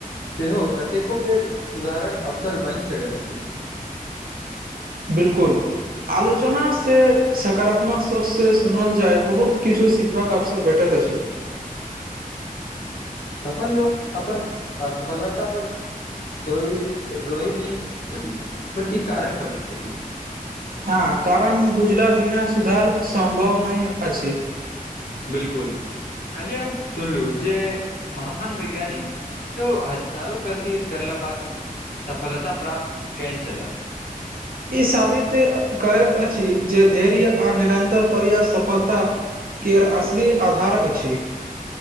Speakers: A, on the left; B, on the right.
A: सेहो कतेको बेर सुधारक अवसर बनि सकैत अछि।
B: बिल्कूल आलोचना से सकारात्मक सोच से सुनल जाय बहुत किछु का अभसर भेटत अछि
A: सफल लोक अपन असफलता पर। सोइ रोइ नय छथि बलकि कारण खोजैत छथि।
B: हँ कारण बुझला बिना सुधार सम्भव नहि अछि।
A: बिल्कुल, कहलियै हम सुनलहुँ जे महान वैज्ञानिक। सेओ हजारो गलती करलाक बाद सफलता प्राप्त केने छलाह।
B: ई साबित करैत अछि जे धैर्य आ निरन्तर प्रयास सफलता। केर असली आधार अछि।